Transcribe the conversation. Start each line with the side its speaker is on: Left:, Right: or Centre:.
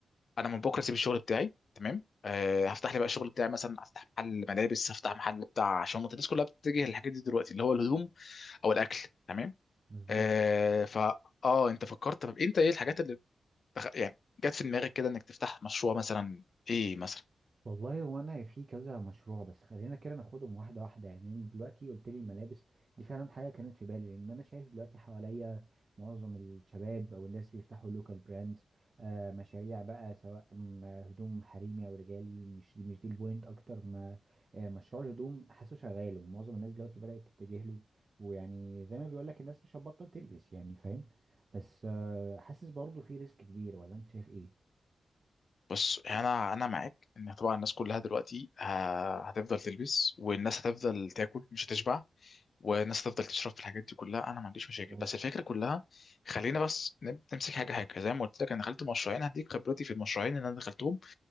Left: انا من بكره اسيب الشغل بتاعي تمام أه هفتح لي بقى الشغل بتاعي مثلا افتح محل ملابس هفتح محل بتاع شنط الناس كلها بتتجه للحاجات دي دلوقتي اللي هو الهدوم او الاكل تمام
Right: بالظبط
Left: أه فا اه انت فكرت طب انت ايه الحاجات اللي بخ... يعني جت في دماغك كده انك تفتح مشروع مثلا ايه مثلا
Right: والله هو انا في كذا مشروع بس خلينا كده ناخدهم واحده واحده يعني انت دلوقتي قلت لي الملابس دي فعلا حاجه كانت في بالي لان انا شايف دلوقتي حواليا معظم الشباب او الناس بيفتحوا لوكال براندز آه مشاريع بقى سواء م- هدوم حريمي او رجالي مش مش دي البوينت اكتر ما آه مشروع الهدوم حاسه شغال ومعظم الناس دلوقتي بدات تتجه له ويعني زي ما بيقول لك الناس مش هتبطل تلبس يعني فاهم بس آه حاسس برضه في ريسك كبير ولا انت شايف ايه
Left: بص انا انا معاك ان طبعا الناس كلها دلوقتي ه- هتفضل تلبس والناس هتفضل تاكل مش هتشبع والناس هتفضل تشرب في الحاجات دي كلها انا ما عنديش مشاكل
Right: مظبوط
Left: بس الفكره كلها خلينا بس نم- نمسك حاجه حاجه زي ما قلت لك انا دخلت مشروعين هديك خبرتي في المشروعين اللي انا دخلتهم